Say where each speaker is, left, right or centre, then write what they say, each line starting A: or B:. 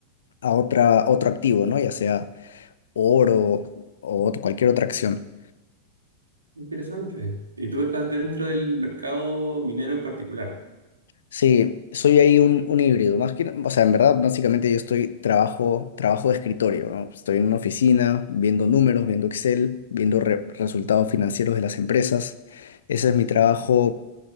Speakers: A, on the left (about 65°); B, on the right (about 80°).
A: a otra, otro activo, ¿no? Ya sea oro o ot- cualquier otra acción.
B: Interesante. ¿Y tú estás dentro del mercado minero en particular?
A: Sí, soy ahí un, un híbrido. Más que, o sea, en verdad, básicamente yo estoy trabajo, trabajo de escritorio, ¿no? Estoy en una oficina viendo números, viendo Excel, viendo re- resultados financieros de las empresas. Ese es mi trabajo